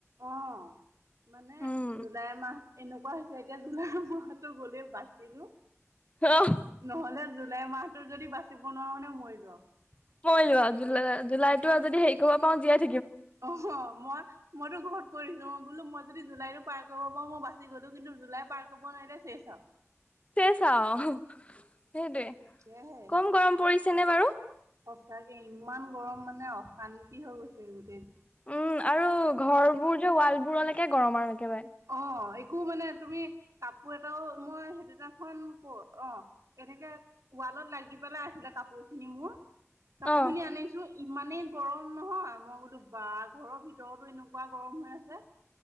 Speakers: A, on the right; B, on the left.
A: অ', মানে
B: উম,
A: জুলাই মাহত এনেকুৱা। কোৱা এতিয়া জুলাই মাহটো গ'লেই বাচিলোঁ।
B: অ',
A: নহ'লে জুলাই মাহটো যদি বাচিব নোৱাৰো, মানে মৰি লো আৰু।
B: মই যোৱা জুলাই, জুলাইতো আৰু যদি হেৰি কৰিব পাৰোঁ।
A: অ', মই। মইতো ঘৰত কৰিছোঁ, মই বোলো মই যদি জুলাইটো পাৰ কৰিব পাৰো মই বাছি গ'লোঁ, কিন্তু জুলাই পাৰ কৰিব নোৱাৰিলে শেষ আৰু। অ'।
B: শেষ আৰু। সেইটোৱে
A: তাকেহে
B: কম গৰম পৰিছে নে বাৰু?
A: সঁচাকে ইমান গৰম মানে অ'। শান্তি হৈ গৈছে এইবোৰ।
B: উম, আৰু ঘৰ বোৰ যে ৱাল বোৰলৈকে গৰম আৰু। একেবাৰে
A: অ'। একো মানে তুমি কাপোৰ এটাও মই সেইদিনাখন ক অ', কেনেকে ক তালত লাগি পেলাই আছিলে কাপোৰ খিনি মোৰ। কাপোৰ
B: অ',
A: খিনি আনিছোঁ ইমানেই গৰম নহয়, মই বোলো বা ঘৰৰ ভিতৰতো এনেকুৱা গৰম। হৈ আছে